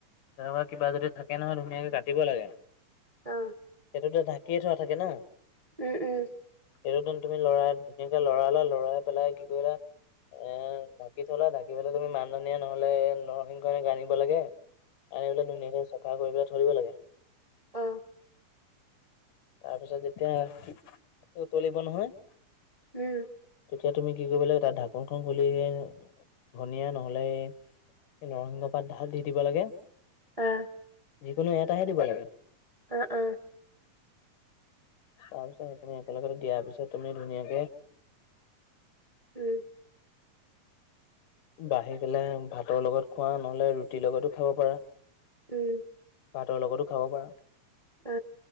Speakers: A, on the left; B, on the right.
A: তেনেকুৱা কিবা যদি থাকে নহয় ধুনীয়াকে কাটিব লাগে।
B: অঁ
A: সেইটোতো ঢাকিয়ে থৰা থাকে ন।
B: উম উম!
A: এইটো তুমি লৰাই ধুনীয়াকে লৰালা লৰাই পেলাই কি কৰিলা? এ ঢাকি থলা ঢাকি পলে তুমি মানধনীয়া নহলে নৰসিংহ আনিব লাগে। আনি পেলাই ধুনীয়াকে চাফা কৰি পেলাই থৈ লাগে।
B: অঁ
A: তাৰ পিছত যেতিয়া উতলিব নহয়!
B: উম
A: তেতিয়া তুমি কি কৰিব লাগে, তাত ঢাকোনখন খুলিহে ধনীয়া নহলে! নৰসিংহ পাত ধালি দিব লাগে।
B: অ
A: যিকোনো এটাহে দিব লাগে।
B: অঁ অঁ
A: তাৰপিছত সেইখিনি একেলগে দিয়াৰ পিছত তুমি ধুনীয়াকে!
B: উম!
A: বাঢ়ি পেলাই ভাতৰ লগত খোৱা নহলে ৰুটিৰ লগতো খাব পাৰা।
B: উম।
A: ভাতৰ লগতো খাব পাৰা।
B: অ